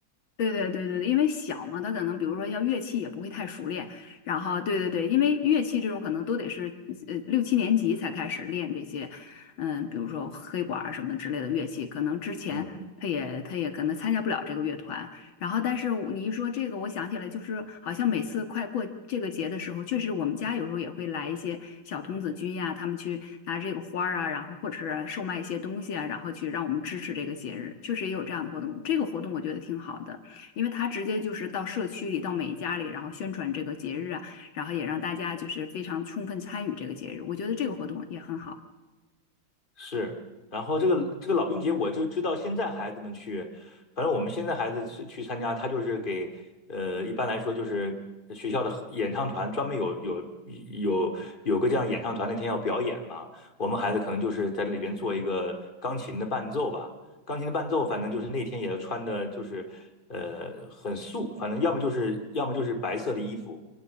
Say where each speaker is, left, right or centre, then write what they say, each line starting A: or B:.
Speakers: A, on the left (about 75°); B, on the left (about 25°).
A: 对对对对对，因为小嘛，他可能比如说像乐器也不会太熟练，然后对对对，因为乐器这种可能都得是呃六七年级才开始练这些，嗯，比如说黑管儿什么之类的乐器，可能之前他也他也可能参加不了这个乐团，
B: 嗯，
A: 然后但是我你一说这个，我想起来就是好像每次快过这个节的时候，确实我们家有时候也会来一些小童子军呀，他们去拿这个花儿啊，然后或者是售卖一些东西啊，然后去让我们支持这个节日，确实也有这样的活动，这个活动我觉得挺好的。因为他直接就是到社区里，到每一家里，然后宣传这个节日啊，然后也让大家就是非常充分参与这个节日，我觉得这个活动也很好。
B: 是。然后这个这个老兵节，我就知道现在孩子们去，反正我们现在孩子去去参加，他就是给呃，一般来说就是学校的合演唱团专门有有有有个这样演唱团那天要表演嘛，我们孩子可能就是在这里边做一个钢琴的伴奏吧。钢琴的伴奏，反正就是那天也要穿的，就是呃很素，反正要么就是要么就是白色的衣服，